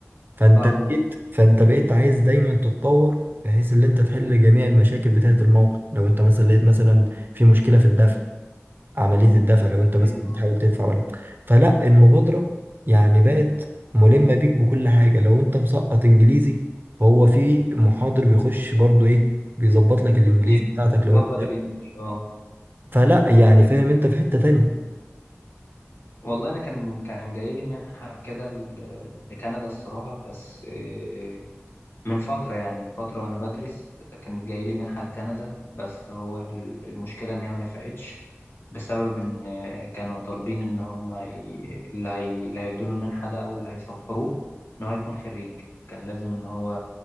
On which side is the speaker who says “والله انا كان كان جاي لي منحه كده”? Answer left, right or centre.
Left